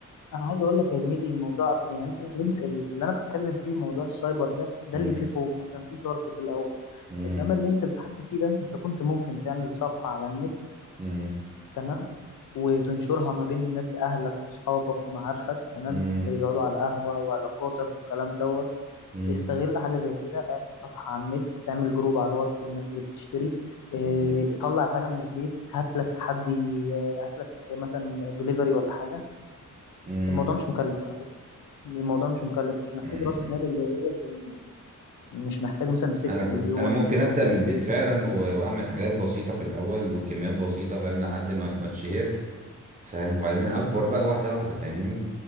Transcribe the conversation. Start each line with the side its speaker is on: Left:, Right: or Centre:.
Left: انا عايز اقول لك يا زميلي الموضوع في- يعني انت اللي انت اللي انا بتكلم فيه موضوع السايبر ده ده
Right: مم،
Left: اللي فيه خوف عشان فيه صرف في الاول
Right: مم،
Left: انما اللي انت بتحكي فيه ده انت كنت ممكن تعمل صفحة على النت
Right: مم،
Left: تمام وتنشرها ما بين الناس اهلك واصحابك ومعارفك تمام
Right: مم،
Left: اللي بيقعدوا على القهوة وعلاقاتك والكلام دوت
Right: مم،
Left: استغل حاجة زي كده اعمل صفحة على النت اعمل جروب على الواتس للناس اللي بتشتري إيه،
Right: مم،
Left: طلع الحاجة من البيت هات لك حد ي- هات لك مثلا دليفري ولا حاجة
Right: مم.
Left: الموضوع مش مكلف الموضوع مش مكلف مش محتاج
Right: فاهم
Left: راس مال اللي هي زي مش محتاج مثلا سكة
Right: انا كنت
Left: مليون
Right: انا ممكن
Left: جنيه
Right: ابدا من البيت فعلا و- واعمل حاجات بسيطه في الاول وكميات بسيطه فاهم لحد ما ما اتشهر فاهم وبعدين اكبر بقى واحده واحده فاهمني